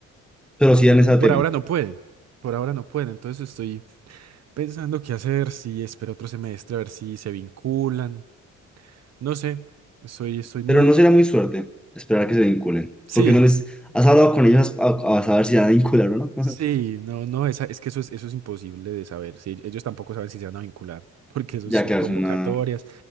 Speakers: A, in the centre; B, on the right.
A: Pero sí dan ese
B: y por
A: tema.
B: ahora no pueden. Por ahora no pueden. Entonces estoy pensando qué hacer, si espero otro semestre, a ver si se vinculan. No sé, estoy, estoy muy...
A: Pero no será muy suerte esperar a que se vinculen.
B: Sí,
A: Porque no les... ¿Has hablado con ellos a, a saber si van a vincular o no? <laughs>
B: sí, no, no, esa, es que eso es, eso es imposible de saber. Sí, ellos tampoco saben si se van a vincular, <laughs> porque eso
A: Ya,
B: son
A: claro,
B: convocatorias.
A: es una...